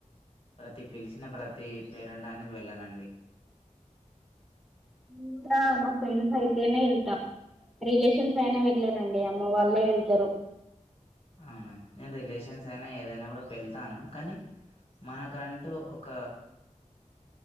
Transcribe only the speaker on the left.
ప్రతి పిలిచిన ప్రతి పేరంటానికి వెళ్ళనండి
అవునా నేను రిలేషన్స్ అయినా ఏదైనా కూడా వెళ్తాను కానీ మనకంటూ ఒక